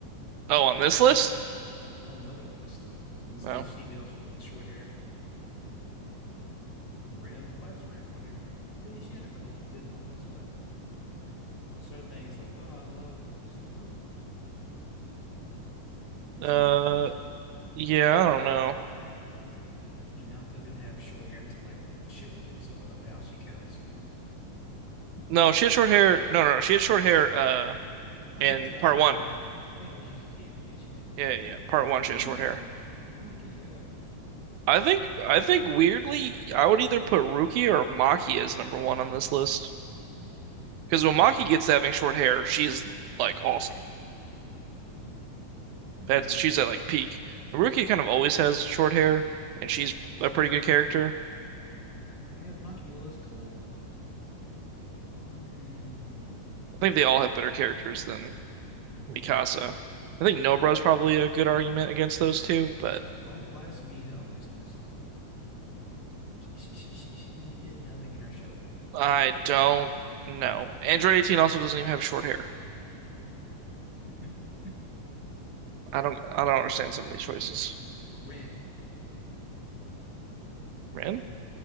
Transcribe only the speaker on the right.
Oh,
on
this
list?
No.
Uh yeah,
I don't know.
No, she had short hair. No, no, no. She had short hair uh
in
part one.
Yeah, yeah, yeah, part one she
had short hair.
I think I think weirdly I would either put Ruki or Maki as number one on this list. Because when
Maki gets to having short hair, she's like awesome.
That's she's at like peak. Haruki kind of always has short hair, and she's a pretty good character.
I think they all have better characters than
Mikasa. I think Nobra's probably a good argument against those two, but
I don't know. Android 18 also doesn't even have short hair.
I don't I don't understand some of these choices.
Rin,